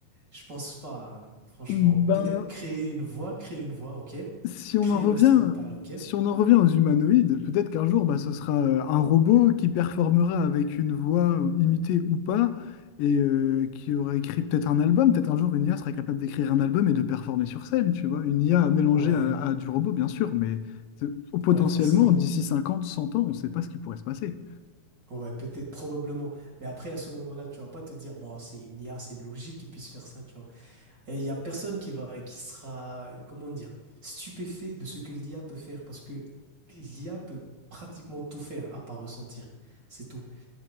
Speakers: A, on the right; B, on the left.
A: je pense pas hein, franchement.
B: Ben,
A: Peut-être créer une voix, créer une voix, ok.
B: Si on
A: Créer
B: en revient,
A: une instrumentale, ok.
B: si on en revient aux humanoïdes, peut-être qu'un jour, bah, ce sera euh, un robot qui performera avec une voix euh, imitée ou pas, et euh, qui aura écrit peut-être un album. Peut-être un jour, une IA sera capable d'écrire un album et de performer sur scène, tu vois. Une IA mélangée
A: Ouais,
B: à, à du robot, bien sûr, mais euh, potentiellement,
A: Ouais, forcément.
B: d'ici 50, 100 ans, on ne sait pas ce qui pourrait se passer.
A: Ouais, peut-être, probablement. Mais après, à ce moment-là, tu vas pas te dire, bon, c'est une IA, c'est une logique qui puisse faire ça, tu vois. Et il y a personne qui va, qui sera, comment dire, stupéfait de ce que l'IA peut faire parce que l'IA peut pratiquement tout faire à part ressentir. C'est tout.